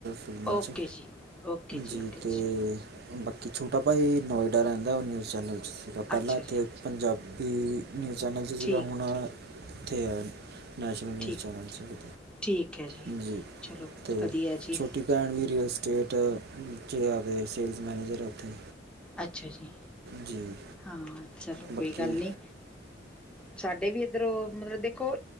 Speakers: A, on the right (about 55°); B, in the centre.
A: ਫਿਲਮਾਂ
B: ਓਕੇ
A: 'ਚ,
B: ਜੀ ਓਕੇ
A: ਜੀ
B: ਓਕੇ
A: ਅਤੇ ਬਾਕੀ ਛੋਟਾ ਭਾ ਜ ਨੋਇਡਾ ਰਹਿੰਦਾ ਉਹ ਨਿਊਜ਼ ਚੈਨਲ 'ਚ ਸੀਗਾ ਪਹਿਲਾਂ
B: ਅੱਛਾ
A: ਇੱਥੇ
B: ਜੀ
A: ਪੰਜਾਬੀ ਨਿਊਜ਼ ਚੈਨਲ 'ਚ
B: ਠੀਕ
A: ਸੀਗਾ ਹੁਣ ਇੱਥੇ ਹੈ, ਨੈਸ਼ਨਲ
B: ਠੀਕ
A: ਨਿਊਜ਼ ਚੈਨਲ ਸੀਗੇ।
B: ਠੀਕ ਹੈ
A: ਜੀ।
B: ਚਲੋ
A: ਤੇ
B: ਵਧੀਆ ਜੀ
A: ਛੋਟੀ ਭੈਣ ਵੀ ਰਸ ਸਟੇਟ, 'ਚ ਆ ਦੇ ਸੇਲਸ ਮੈਨੇਜਰ ਹੈ ਉੱਥੇ।
B: ਅੱਛਾ ਜੀ।
A: ਜੀ
B: ਹਾਂ, ਚਲੋ
A: ਬਾਕੀ
B: ਕੋਈ ਗੱਲ ਨਹੀਂ। ਸਾਡੇ ਵੀ ਇੱਧਰੋਂ ਮਤਲਬ ਦੇਖ ਦੇਖੋ